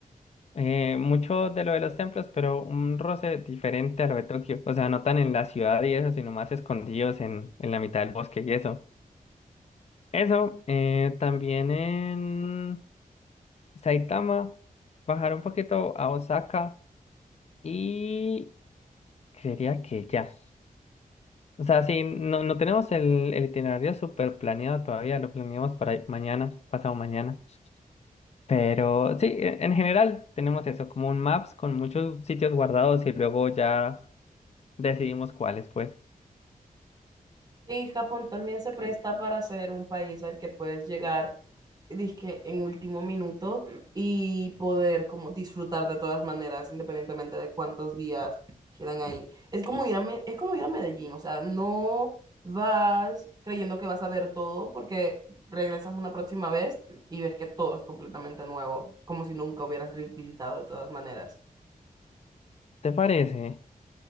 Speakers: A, on the left; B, on the right.
A: eh, mucho de lo de los templos, pero un roce diferente a lo de Tokio. O sea, no tan en la ciudad y eso, sino más escondidos en, en la mitad del bosque y eso. Eso, eh, también en Saitama, bajar un poquito a Osaka y creería que ya. O sea, sí, no, no tenemos el, el itinerario súper planeado todavía, lo planeamos para mañana, pasado mañana. Pero sí, e- en general tenemos eso, como un maps con muchos sitios guardados y luego ya decidimos cuáles, pues.
B: Sí, Japón también se presta para ser un país al que puedes llegar dizque en último minuto y poder como disfrutar de todas maneras, independientemente de cuántos días quedan ahí. Es como ir a, Me- es como ir a Medellín, o sea, no vas creyendo que vas a ver todo porque regresas una próxima vez y ves que todo es completamente nuevo, como si nunca hubieras re- visitado de todas maneras.
A: ¿Te parece?